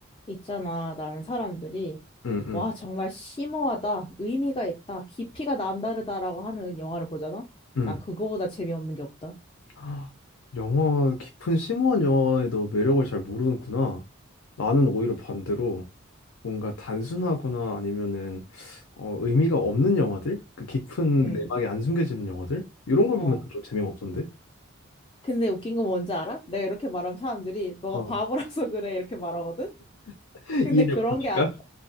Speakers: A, on the left; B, on the left.
A: 있잖아. 나는 사람들이,
B: 응, 응,
A: 와, 정말 심오하다, 의미가 있다, 깊이가 남다르다라고 하는 영화를 보잖아?
B: 응.
A: 난 그거보다 재미없는 게 없다.
B: 아, 영어, 깊은 심오한 영어에도 매력을 잘 모르는구나. 나는 오히려 반대로 뭔가 단순하거나 아니면은 어, 의미가 없는 영화들? 그 깊은
A: 응,
B: 내막에 안 숨겨지는 영화들? 이런 걸
A: 어.
B: 보면 좀 재미가 없던데?
A: 근데 웃긴 건 뭔지 알아? 내가 이렇게 말하면 사람들이, 너가
B: 어.
A: 바보라서 그래, 이렇게 말하거든?
B: <laughs>
A: 근데
B: 이해를
A: 그런
B: 못하니까?
A: 게, 아,